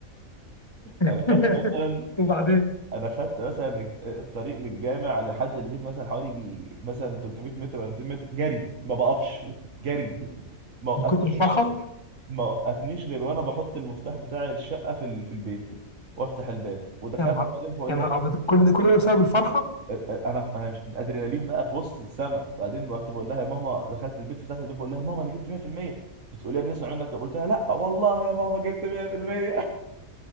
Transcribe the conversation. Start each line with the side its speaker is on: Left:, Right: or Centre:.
Right: انا
Left: الله.
Right: خدت مثلا
Left: <laughs> وبعدين
Right: انا خدت مثلا الطريق من الجامع لحد البيت مثلا حوالي يجي مثلا 300 متر ولا 200 متر جري ما بقفش جري ما وقفنيش
Left: من كتر الفرحه
Right: ما وقفنيش غير وانا بحط المفتاح بتاع الشقه في ال- في البيت وافتح الباب ودخلت
Left: يا نهار
Right: بعدين فاقول
Left: يا نهار
Right: لها ايه
Left: ابيض كل ده كل ده بسبب الفرحه
Right: أ- أ- انا ف- انا مش الادرينالين بقى في وسط السما بعدين رحت بقول لها يا ماما دخلت البيت فتحت الباب بقول لها ماما انا جبت 100% فتقول لي يا ابني اسمع منك قلت لها لا والله يا ماما جبت 100%